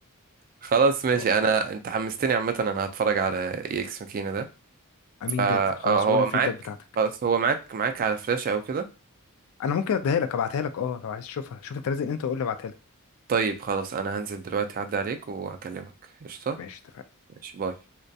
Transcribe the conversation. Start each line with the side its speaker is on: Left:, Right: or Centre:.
Right: خلاص ماشي
Left: اه
Right: انا انت حمستني عامه انا هتفرج على اي اكس ماكينه ده
Left: امين
Right: اه
Left: جدا خلاص
Right: آه، هو
Left: وقول لي الفيدباك
Right: معاك
Left: بتاعتك
Right: خلاص هو معاك معاك على فلاشة او كده
Left: انا ممكن اديها لك ابعتها لك اه لو عايز تشوفها شوف انت لازم انت وقول لي ابعتها لك
Right: طيب خلاص انا هنزل دلوقتي اعدي عليك وهكلمك قشطة
Left: ماشي اتفقنا
Right: ماشي باي